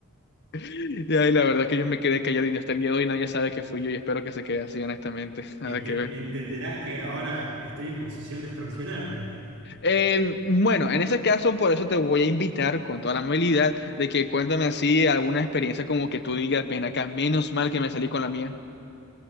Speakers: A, on the left (about 50°); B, on the right (about 75°).
A: Y ahí la verdad es que yo me quedé callado y hasta el día de hoy nadie sabe que fui yo y espero que se quede así honestamente, <laughs> nada
B: Ente-
A: que ver.
B: entenderás que ahora estoy en posición de extorsionarte.
A: Eh, bueno, en ese caso, por eso te voy a invitar con toda la amabilidad de que cuéntame así alguna experiencia como que tú digas, ven acá, menos mal que me salí con la mía.